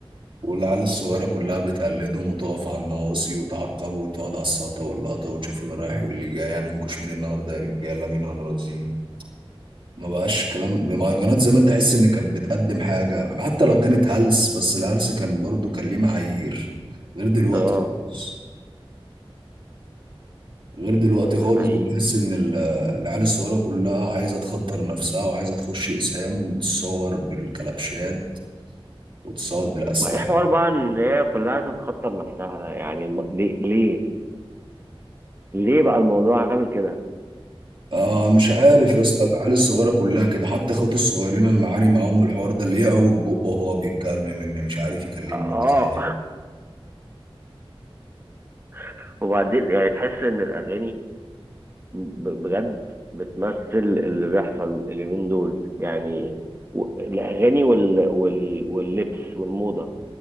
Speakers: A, on the right; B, on the right.
A: والعيال الصغيره كلها بتقلدهم وتقف على النواصي وتعقب وتقعد على الساطه واللقطه وتشوف اللي رايح واللي جاي هننكش مين النهارده يا رجاله مين هنرازيه ما بقاش كلام مهرجانات زمان تحس ان كانت بتقدم حاجه حتى لو كانت هلس بس الهلس كان برضو كان ليه معايير غير دلوقتي
B: اه
A: خالص غير دلوقتي
B: ده
A: خالص
B: حقيقي
A: بتحس ان ال- العيال الصغيره كلها عايزه تخطر نفسها وعايزه تخش اقسام وتتصور بالكلبشات وتتصور بالاسلحه
B: ما ايه حوار بقى ان هي كلها تتخطر نفسها لا يعني الم... ليه ليه ليه بقى الموضوع عامل كده
A: آه مش عارف
B: و... و-
A: يا اسطى العيال الصغيره كلها كده حتى اخواتي الصغيرين انا معاني معاهم من الحوار ده اللي يعوج بقه وهو بيتكلم اللي مش عارف يكلمني
B: اه
A: ازاي
B: <laughs> وبعدين يعني تحس ان الاغاني ب- بجد بتمثل اللي بيحصل اليومين دول يعني و- الأغاني وال... وال... واللبس والموضة